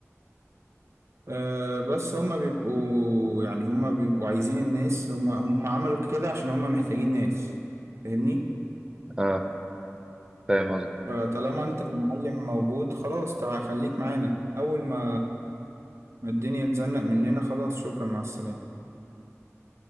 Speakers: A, on the right (about 60°); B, on the right (about 15°).
A: أه بس هما بيبقوا يعني هما بيبقوا عايزين الناس هما هما عملوا كده عشان هما محتاجين ناس فاهمني
B: اه فاهم قصدك
A: فطالما انت المعلم موجود خلاص تعال خليك معانا اول ما ما الدنيا تزنق مننا خلاص شكرا مع السلامة